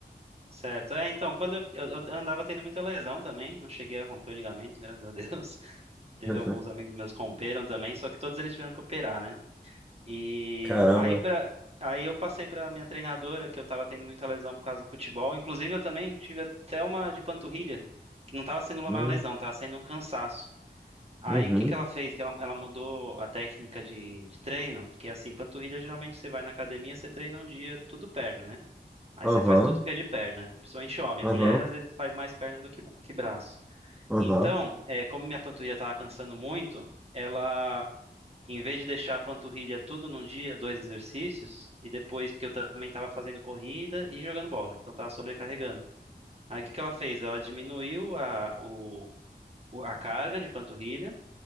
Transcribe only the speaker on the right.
Certo. É, então, quando eu, eu eu andava tendo muita lesão também, não cheguei a romper o ligamento, graças a Deus. <laughs> Teve
alguns amigos meus que romperam também, só que todos eles tiveram que operar, né? E
aí para aí eu passei para minha treinadora que eu tava tendo muita lesão por causa do futebol. Inclusive eu também tive até uma de panturrilha, que não tava sendo uma
lesão, tava sendo um cansaço. Aí
o que que ela fez? Que ela, ela mudou a técnica de, de treino, porque assim, panturrilha geralmente você vai na academia, você treina um dia tudo perna, né? Aí
você faz tudo que é de perna, principalmente homem.
Mulher às vezes faz mais perna do que, que braço.
Então, é, como minha panturrilha estava cansando muito, ela, em vez de deixar a panturrilha tudo num dia, dois exercícios, e depois, porque eu também estava fazendo corrida e jogando bola, então estava sobrecarregando. Aí o que que ela fez? Ela diminuiu a, o, o- a carga de panturrilha,